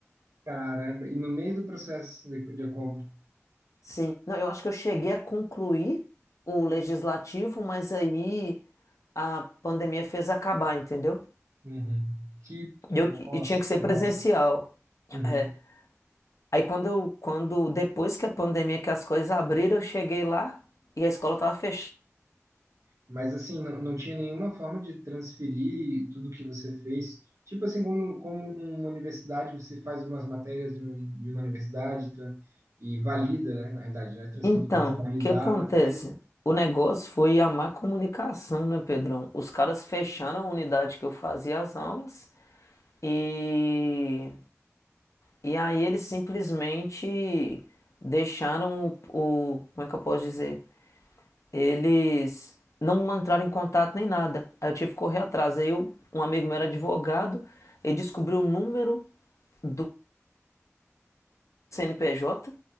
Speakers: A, on the right; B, on the left.
A: Caramba, e no meio do processo de, de compra.
B: Sim, não, eu acho que eu cheguei a concluir o legislativo, mas aí a pandemia fez acabar, entendeu?
A: Uhum. Que,
B: E, eu,
A: nossa,
B: e tinha que ser
A: nossa.
B: presencial.
A: Uhum.
B: É. Aí quando eu, quando depois que a pandemia, que as coisas abriram, eu cheguei lá e a escola estava fechada.
A: Mas assim, não, não tinha nenhuma forma de transferir tudo que você fez. Tipo assim, como, como uma universidade, você faz umas matérias de, um, de uma universidade tran- e valida, né? Na realidade, não é transferir,
B: Então,
A: mas validar
B: o que acontece?
A: a matéria.
B: O negócio foi a má comunicação, né, Pedrão? Os caras fecharam a unidade que eu fazia as aulas e E aí eles simplesmente deixaram o, o- Como é que eu posso dizer? Eles não entraram em contato nem nada. Aí eu tive que correr atrás. Aí eu, um amigo meu era advogado, ele descobriu o número do CNPJ,